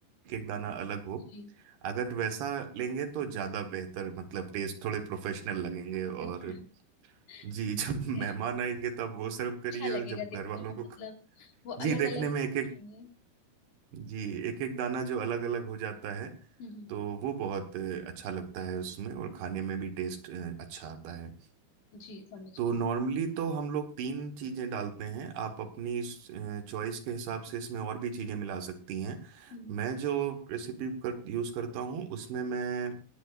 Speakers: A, on the right (about 80°); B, on the left (about 55°).
A: एक दाना अलग हो
B: जी
A: अगर वैसा लेंगे तो ज्यादा बेहतर मतलब टेस्ट थोड़े प्रोफेशनल लगेंगे और
B: अच्छा <laughs>
A: जी <laughs> जब
B: ठीक है
A: मेहमान आएंगे तब वो सर्व
B: अच्छा
A: करिए
B: लगेगा
A: और जब घर
B: दिखने
A: वालों
B: में मतलब
A: को
B: वो अलग
A: जी देखने
B: अलग
A: में
B: से
A: एक
B: दिखेंगे
A: एक जी एक एक दाना जो अलग अलग हो जाता है
B: हम्म हम्म,
A: तो वो बहुत अ, अच्छा लगता है उसमें और खाने में भी टेस्ट अ, अच्छा आता है
B: जी समझ
A: तो
B: गई
A: नॉर्मली तो हम लोग तीन चीज़ें डालते हैं आप अपनी चॉइस के हिसाब से इसमें और भी चीज़ें मिला सकती हैं
B: हम्म
A: मैं जो रेसिपी कर, यूज़ करता हूँ उसमें मैं